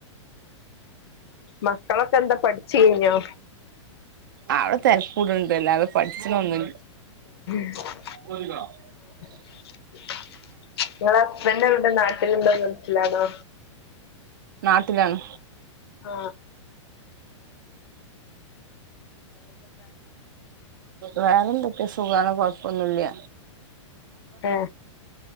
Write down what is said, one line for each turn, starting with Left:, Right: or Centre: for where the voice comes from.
Left: മക്കളൊക്കെ എന്താ പഠിച്ചു കഴിഞ്ഞോ
Right: അവിടെ തേരാക്കൂടു അല്ലാതെ പഠിച്ചനൊന്നുല
Left: <unintelligible>
Right: <unintelligible>
Left: <unintelligible> ഇങ്ങളെ ഹസ്ബൻഡ് എവിടെ നാട്ടിലുണ്ടോ ഗൾഫിലാണോ
Right: നാട്ടിലാണ്
Left: ആ
Right: വേറെ എന്തൊക്കെ സുഖാണോ കൊ ഒന്നൂല്ല്യ
Left: ഏ